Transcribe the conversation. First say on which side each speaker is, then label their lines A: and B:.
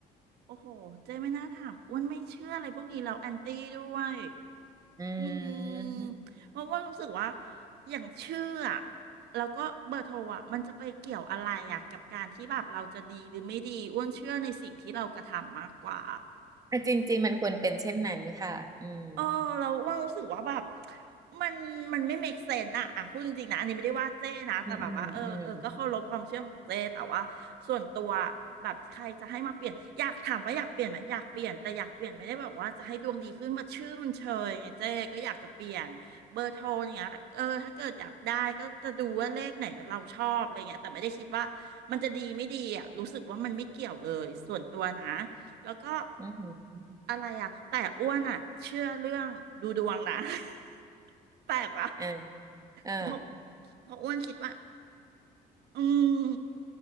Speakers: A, on the right (about 75°); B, on the right (about 20°).
A: โอ้โหเจ้ไม่น่าถามอ้วนไม่เชื่ออะไรพวกนี้แล้วแอนตี้ด้วย
B: อื
A: อืมเพราะว่ารู้สึกว่า
B: ม
A: อย่างชื่ออะแล้วก็เบอร์โทรอะมันจะไปเกี่ยวอะไรอะกับการที่แบบเราจะดีหรือไม่ดีอ้วนเชื่อในสิ่งที่เรากระทำมากกว่า
B: อ่ะจริงๆมันควรเป็นเช่นนั้นค่ะอืม
A: เออเราว่ารู้สึกว่าแบบมันมันไม่ make sense อะอ่ะพูดจริงๆนะอันนี้ไม่ได้ว่าเจ้นะแต่แบบว่าเออเออก็เคารพความเชื่อของเจ้แต่ว่าส่วนตัว
B: อืมอืม
A: แบบใครจะให้มาเปลี่ยนอยากถามว่าอยากเปลี่ยนไหมอยากเปลี่ยนแต่อยากเปลี่ยนไม่ได้แบบว่าจะให้ดวงดีขึ้นมาชื่อมันเชยไงเจ้ก็อยากจะเปลี่ยนเบอร์โทรเนี้ยเออถ้าเกิดอยากได้ก็จะดูว่าเลขไหนเราชอบอะไรเงี้ยแต่ไม่ได้คิดว่ามันจะดีไม่ดีอ่ะรู้สึกว่ามันไม่เกี่ยวเลยส่วนตัวนะ แล้วก็
B: อืมอืม
A: อะไรอ่ะ แต่อ้วนอ่ะเชื่อเรื่องดูดวงนะ <laughs> แปลกปะ
B: อ่าอ่า
A: เพราะเพราะอ้วนคิดว่าอืม